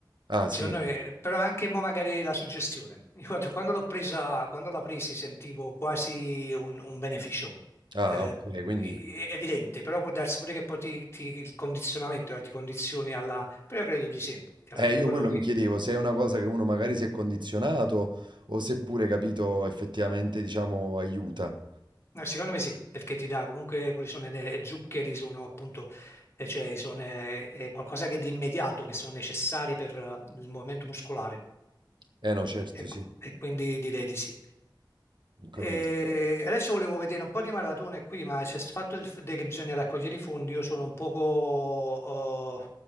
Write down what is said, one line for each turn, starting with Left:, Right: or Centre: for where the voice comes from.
Right: Ah,
Left: secondo
Right: sì.
Left: me, però anche mo magari la suggestione. Ricordo quando quando l'ho presa, quando la presi sentivo quasi un, un beneficio
Right: Ah,
Left: eh,
Right: ok, quindi...
Left: evidente, però può darsi pure che poi ti, ti- il condizionamento, eh, ti condizioni alla... però credo di sì, che
Right: Eh,
Left: alla fine
Right: io
Left: quello
Right: quello
Left: ti...
Right: mi chiedevo se è una cosa che uno magari si è condizionato o seppure, capito, effettivamente, diciamo, aiuta.
Left: no, secondo me sì, perché ti dà comunque quelli sono le zuccheri, sono appunto E cioè sono, è, è qualcosa che di immediato, che sono necessari per eh, il movimento muscolare.
Right: Eh no, certo,
Left: E,
Right: sì,
Left: qu- e quindi direi di sì.
Right: ho capito.
Left: E adesso volevo vedere un po' di maratone qui, ma c'è il fatto del f- de- che bisogna raccogliere i fondi, io sono un poco... oh,